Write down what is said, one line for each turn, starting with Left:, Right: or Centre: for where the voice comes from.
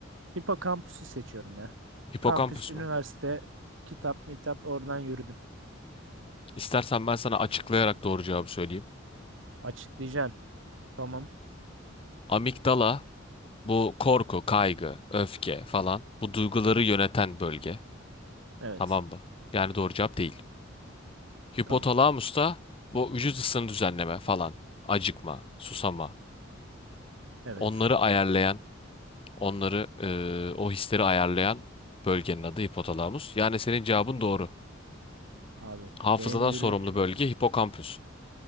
Right: Hipokampüsü seçiyorum ya.
Left: Hipokampüs
Right: Kampüs, üniversite,
Left: mü?
Right: kitap, mitap oradan yürüdüm.
Left: İstersen ben sana açıklayarak doğru cevabı söyleyeyim.
Right: Açıklayacaksın. Tamam.
Left: Amigdala Bu korku, kaygı, öfke falan bu duyguları yöneten bölge.
Right: Evet.
Left: Tamam mı? Yani doğru cevap değil. Hipotalamus
Right: Tamam.
Left: da bu vücut ısını düzenleme falan. Acıkma, susama.
Right: Evet.
Left: Onları ayarlayan, onları eee, o hisleri ayarlayan bölgenin adı hipotalamus. Yani senin cevabın doğru.
Right: Abi
Left: Hafızadan
Right: benim yürüyüş
Left: sorumlu bölge hipokampüs.